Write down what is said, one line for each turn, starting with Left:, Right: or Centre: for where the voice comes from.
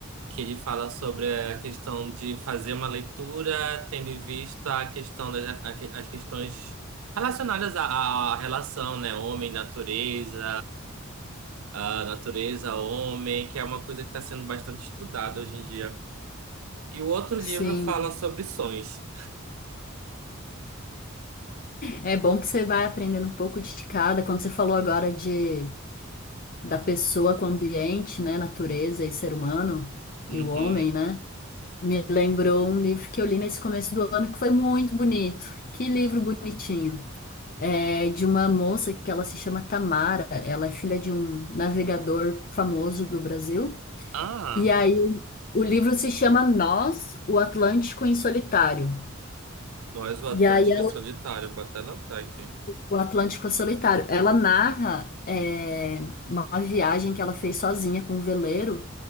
Right: que ele fala sobre a questão de fazer uma leitura tendo em vista a questão das, a que- as questões relacionadas à, à relação, né? Homem-natureza, a natureza-homem, que é uma coisa que está sendo bastante estudada hoje em dia. E o outro
Left: sim.
Right: livro fala sobre sonhos.
Left: É bom que você vai aprendendo um pouco de cada. Quando você falou agora de da pessoa com o ambiente, né, natureza e ser humano e
Right: Uhum.
Left: o homem, né? Me lembrou um livro que eu li nesse começo do ano que foi muito bonito. Que livro bonitinho. É de uma moça que ela se chama Tamara. Ela é filha de um navegador famoso do Brasil.
Right: Ah,
Left: E aí o livro se chama Nós, o Atlântico em Solitário.
Right: Nós, o Atlântico
Left: E aí
Right: e Solitário, vou até anotar aqui.
Left: O Atlântico é Solitário. Ela narra é, uma viagem que ela fez sozinha com um veleiro,